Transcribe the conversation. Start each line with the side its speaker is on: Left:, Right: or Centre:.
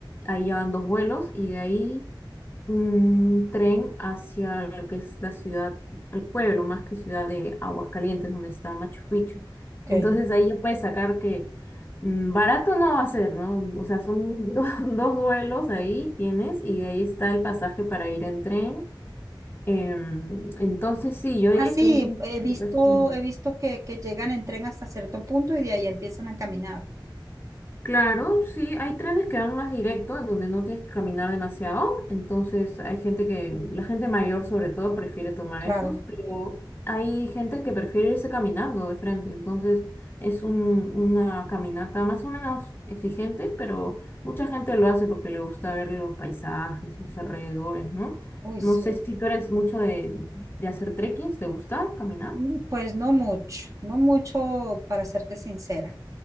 Left: Ahí ya van dos vuelos y de ahí un tren hacia lo que es la ciudad, el pueblo, más que ciudad de Aguascalientes, donde está Machu Picchu.
Right: Ok.
Left: Entonces ahí ya puedes sacar que Mm, Barato no va a ser, ¿no? O sea, son <laughs> do- dos vuelos ahí tienes y de ahí está el pasaje para ir en tren. Em, entonces sí, yo diría
Right: Ah, sí,
Left: que un
Right: he visto,
Left: precio
Right: he visto que, que llegan en tren hasta cierto punto y de ahí empiezan a caminar.
Left: Claro, sí, hay trenes que van más directo, en donde no tienes que caminar demasiado, entonces hay gente que, la gente mayor sobre todo prefiere tomar
Right: Claro.
Left: esos, pero hay gente que prefiere irse caminando de frente, entonces es un- una caminata más o menos exigente, pero mucha gente lo hace porque le gusta ver los paisajes, los alrededores, ¿no?
Right: Uy,
Left: No
Right: sí.
Left: sé si tú eres mucho de, de hacer trekkings, ¿te gusta caminar?
Right: Mm, Pues no mucho, no mucho para serte sincera.